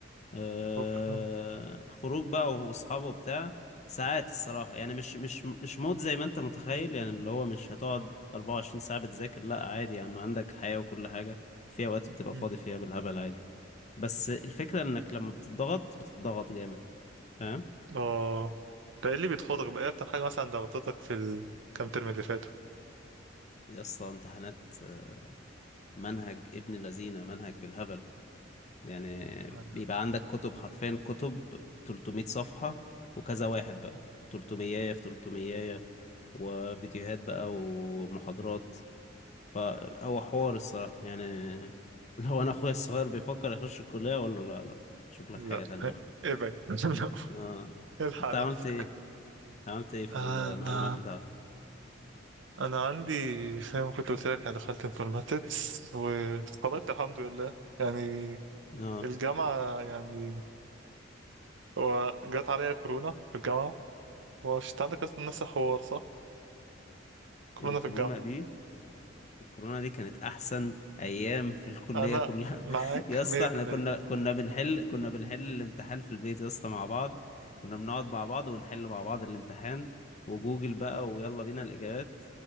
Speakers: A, on the left; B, on the right.
A: آه،
B: شكرا
A: خروج بقى واصحابه وبتاع ساعات الصراحة يعني مش مش مش مود زي ما انت متخيل يعني اللي هو مش هتقعد 24 ساعة بتذاكر لا عادي يعني ما عندك حياة وكل حاجة في اوقات بتبقى
B: مم.
A: فاضي فيها بالهبل عادي بس الفكرة انك لما بتضغط بتضغط جامد فاهم
B: اه ده ايه اللي بيتخوضك بقى إيه اكتر حاجه مثلا ضغطتك في الكام ترم اللي فاتوا
A: يا اسطى امتحانات آه، منهج ابن لذينة منهج بالهبل يعني
B: لا
A: بيبقى عندك كتب حرفيا كتب 300 صفحة وكذا واحد بقى 300 في 300 وفيديوهات بقى ومحاضرات فهو حوار الصراحة يعني <laughs> لو أنا أخويا الصغير بيفكر يخش الكلية أقول له لا لا شوف لك
B: لا.
A: حاجة تانية يا عم
B: ابعد <laughs>
A: آه
B: لا. الحق
A: أنت عملت
B: نفسك
A: إيه؟ عملت إيه في
B: <laughs>
A: المعلومات
B: انا
A: بتاعتك؟
B: انا عندي فاهم كنت قلت لك انا دخلت انفورماتكس واتخرجت الحمد لله يعني
A: آه
B: الجامعه يعني هو جت عليا كورونا في الجامعه هو مش انت عندك أصلاً نفس الحوار صح كورونا
A: الكورونا
B: في الجامعه
A: دي الكورونا دي كانت احسن ايام في الكليه
B: انا
A: كلها
B: معاك
A: <laughs> يا اسطى
B: 100%
A: احنا كنا كنا بنحل كنا بنحل الامتحان في البيت يا اسطى مع بعض كنا بنقعد مع بعض ونحل مع بعض الامتحان وجوجل بقى ويلا بينا الاجابات